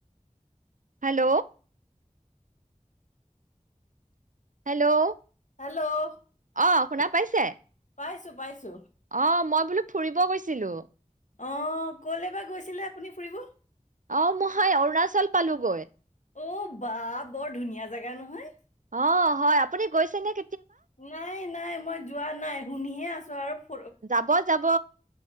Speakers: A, on the right; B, on the left.
A: হেল্ল' হেল্ল'
B: হেল্ল'
A: অ শুনা পাইছে
B: পাইছো পাইছো।
A: অ মই বোলো ফুৰিব গৈছিলো
B: আহ ক'লৈ বাা গৈছিলে আপুনি ফুৰিব
A: অ মই সেই অৰুণাচল পালোগৈ
B: অ বা বৰ ধুনীয়া জেগা নহয়
A: অ হয় আপুনি গৈছে নেকি
B: নাই নাই মই যোৱা নাই শুনিহে আছো চৰ
A: যাব যাব